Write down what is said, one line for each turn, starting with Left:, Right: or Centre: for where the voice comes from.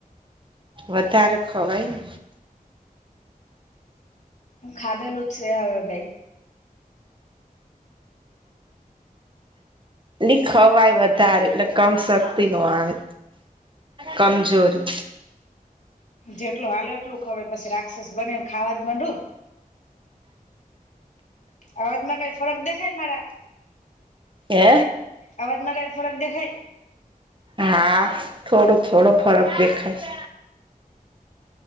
Right: વધારે ખવાયને.
Left: ખાદે લુચશે હવે ભાઈ.
Right: એ ખવાય વધારે એટલે કમ શક્તિ નો આવે કમજોરી.
Left: જેટલું હલે એટલું ખબર પછી રાક્ષસ બનેને ખાવા જ ડું. અવાજમાં કઈ ફરક દેખાય મારા
Right: હે
Left: અવાજમાં કઈ ફરક દેખાય.
Right: હા થોડો થોડો ફરક દેખાય.